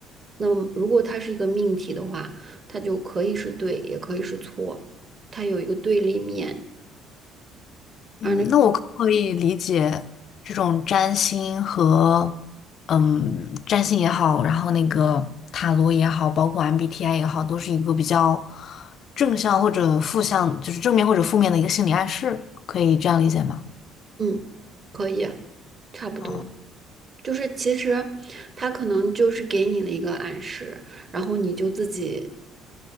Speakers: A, on the right (about 40°); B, on the left (about 55°).
A: 那么如果它是一个命题的话，它就可以是对，也可以是错，它有一个对立面。
B: 嗯，
A: 而那种
B: 那我可不可以理解这种占星和嗯，占星也好，然后那个塔罗也好，包括 MBTI 也好，都是一个比较正向或者负向，就是正面或者负面的一个心理暗示，可以这样理解吗？
A: 嗯，可以，差不多。
B: 啊，
A: 就是其实他可能就是给你了一个暗示，然后你就自己